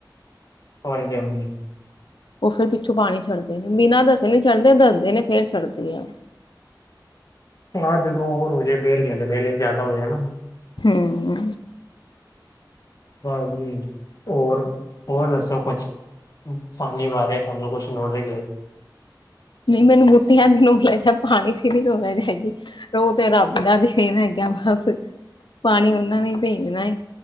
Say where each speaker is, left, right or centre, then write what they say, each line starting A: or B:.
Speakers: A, on the left (about 50°); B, on the left (about 85°).
A: ਹਾਂਜੀ-ਹਾਂਜੀ।
B: ਉਹ ਫੇਰ ਪਿੱਛੋਂ ਪਾਣੀ ਛੱਡਦੇ ਨੇ ਬਿਨਾਂ ਦੱਸੇ ਨਹੀਂ ਛੱਡਦੇ, ਦੱਸਦੇ ਨੇ ਫੇਰ ਛੱਡਦੇ ਆ।
A: ਹਾਂ ਜਦੋਂ ਓਵਰ ਹੋ ਜੇ ਫੇਰ <unintelligible> ਦੇ ਨੇ ਜ਼ਿਆਦਾ ਹੋ ਜੇ ਨਾ।
B: ਹੂੰ
A: ਕਾਲ ਜੀ ਹੋਰ ਹੋਰ ਦੱਸੋ ਕੁਛ ਪਾਣੀ ਵਾਰ ਹੈ <unintelligible>
B: ਨਹੀਂ ਮੈਨੂੰ ਗੁਟੀਆਂ ਦੀ ਨੋਲ ਲੈ ਜਾ ਪਾਣੀ ਫ ਨੀ ਲੋਣਾ ਚਗੀ ਰੋ ਤੇ ਰੱਬ ਦਾ ਦੀ <unintelligible> <unintelligible> ਹੈਗਾ ਬੱਸ ਪਾਣੀ ਉਹਨਾਂ ਨੇ ਭੇਜਣਾ ਏ